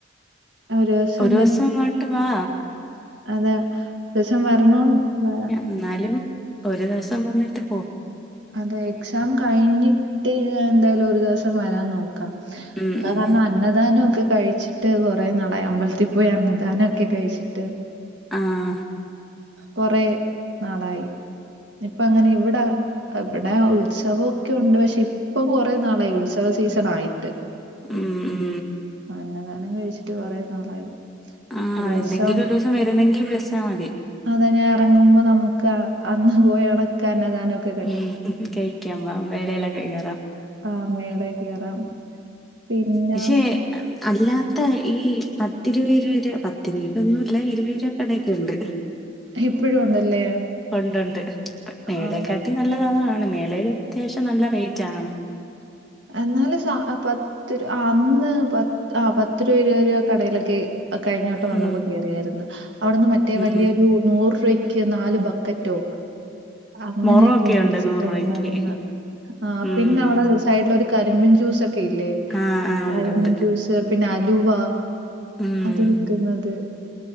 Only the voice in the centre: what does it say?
ഒരൂസം ഇങ്ങോട്ട് വാ
ഇന്നാലും ഒരു ദിവസം വന്നിട്ട് പോ
ഉം
ഉം
ആഹ്
ഉം ഉം
ആഹ്
എന്നെങ്കിലു ഒരൂസം വരുന്നെങ്കി വിളിച്ചാ മതി
ഉം കഴിക്കാൻ വാ മേളേലൊക്കെ കേറാം
പക്ഷേ അല്ലാത്ത ഈ പത്തിരുപ ഇരുവരൂപ പത്തിഇരുവീലൊന്നുല്ല ഇരുവീലൊക്കെ ടെയ്ക്കുണ്ട്
ഉണ്ട്ണ്ട് മേളേക്കാട്ടി
നല്ലത് അതാണ് മേളേല് അത്യാവശ്യം നല്ല റേറ്റ് ആണ്.
ഉം
ഉം
മൊറൊക്കെ
ഉണ്ട് നൂറ് രൂപയ്ക്ക്
ഉം
ആഹ് ആഹ്
ഉണ്ടുണ്ട്
ഉം